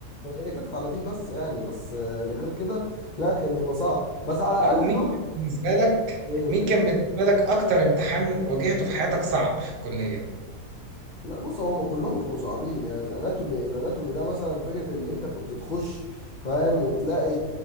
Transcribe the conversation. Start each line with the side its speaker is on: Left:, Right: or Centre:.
Left: هي جت على دي بس يعني بس آه، يعني غير كده لا كان بيبقى صعب بس على الاقل
Right: طب ومين
Left: دول
Right: كان بالنسبة لك
Left: ايه
Right: مين كان بالنسبة لك أكتر امتحان واجهته في حياتك صعب في الكلية؟
Left: لا بص هو كلهم كانوا صعبين يعني الاناتومي الاناتومي ده مثلا فكره ان انت كنت تخش فاهم وتلاقي